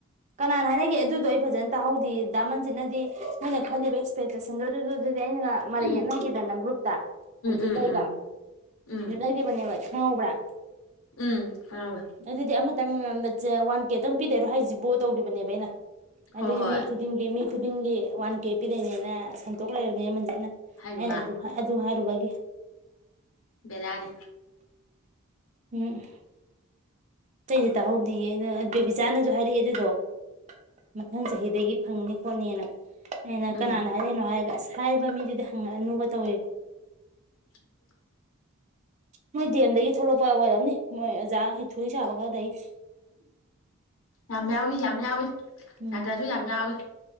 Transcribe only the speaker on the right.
ꯀꯅꯥꯅ ꯍꯥꯏꯅꯒꯦ ꯑꯗꯨꯗꯣ ꯑꯩ ꯐꯖꯅ ꯇꯥꯍꯧꯗꯦ꯫ ꯗꯥ ꯃꯟꯖꯤꯠꯅꯗꯤ ꯅꫭꯏꯅ ꯈꯜꯂꯤꯕ ꯑꯦꯁꯄꯦꯇꯦꯁꯟ ꯗꫭꯗꯗ ꯗꯤ ꯑꯩꯅꯒ ꯃꯔꯩ
ꯌꯦꯠꯅꯈꯤꯗꯅ ꯒ꯭ꯔꯨꯞꯇꯥ ꯑꯟꯖꯤꯠꯀ
ꯑꯩꯒ
ꯌꯦꯠꯅꯈꯤꯕꯅꯦꯕ ꯈꯪꯍꯧꯕ꯭ꯔꯥ
ꯑꯗꯨꯗꯤ ꯑꯃꯠ ꯇꯪ ꯋꯥꯟ ꯀꯦꯗꯪ ꯄꯤꯗꯩꯔꯣ ꯍꯥꯏꯁꯤ ꯕꯣꯠ ꯇꯧꯔꯤꯕꯅꯦꯕ ꯑꯩꯅ
ꯑꯗꯨꯒꯤ
ꯃꯤ ꯈꯨꯗꯤꯡꯒꯤ ꯃꯤ ꯈꯨꯗꯤꯡꯒꯤ ꯋꯥꯟ ꯀꯦ ꯄꯤꯗꯩꯅꯦꯅ ꯁꯟꯇꯣꯛ ꯂꯩꯔꯕꯅꯦ ꯃꯟꯖꯤꯠꯅ꯫
ꯍꯥꯏꯅ ꯑꯗꯨ ꯑꯗꯨ ꯍꯥꯏꯔꯨꯕ <inaudible>
ꯎꯝ ꯇꯩꯗꯤ ꯇꯥꯍꯧꯗꯤꯌꯦ ꯑꯗꯨ ꯕꯦꯕꯤꯆꯥꯅꯁꯨ ꯍꯥꯏꯔꯛꯑꯦ ꯑꯗꯨꯗꯣ ꯃꯊꯪ ꯆꯍꯤꯗꯒꯤ ꯐꯪꯅꯤ ꯈꯣꯠꯅꯤꯅ꯫ ꯑꯩꯅ
ꯀꯅꯥꯅ ꯍꯥꯏꯔꯛꯏꯅꯣ ꯍꯥꯏꯔꯒ ꯑꯁ ꯍꯥꯏꯕ ꯃꯤꯗꯨꯗꯤ ꯍꯪꯉꯛꯑꯅꯨꯒ ꯇꯧꯋꯦ꯫
ꯃꯣꯏ ꯗꯦꯝꯗꯒꯤ ꯊꯣꯛꯂꯛꯄ ꯑꯣꯏꯔꯝꯅꯤ ꯃꯣꯏ ꯑꯣꯖꯥ ꯍꯩꯊꯨꯔꯤ ꯁꯥꯕ ꯈꯔꯗꯩ꯫
ꯎꯝ